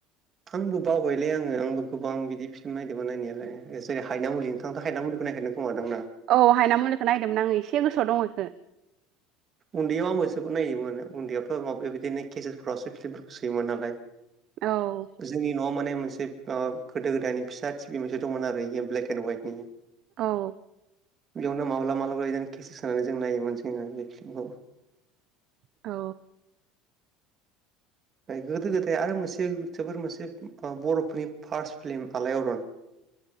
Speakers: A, on the right; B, on the right.
A: आंबो बावबायलै आङो आंबो गोबां बिदि फिल्म नायदोंमोन नायनायालाय जेरै हायना मुलि नोंथांथ' हायनामुलिखौ नायखा खोमादांना?
B: औ हायना मुलिखौ नायदोंमोन आङो एसे गोसोआव दं इखो।
A: उन्दैयाव आंबो जोबोद नायोमोन उन्दैयावथ' माबा माबि बिदिनो केसेदफोरावसो फिल्मफोरखौ सोयोमोन नालाय।
B: औ।
A: जोंनि न'आव माने मोनसे ओ गोदो गोदायनि फिसा टिभि मोनसे दंमोन आरो इयो ब्लेक एन्ड अयाटनि।
B: औ।
A: एयावनो माब्लाबा माब्लाबा बिदिनो केसेद सोनानै जों नायोमोन जोङो बे फिल्मखौ।
B: औ।
A: गोदो गोदाय आरो मोनसे जोबोर मोनसे बर'फोरनि फार्स्ट फिल्म आलायआर'न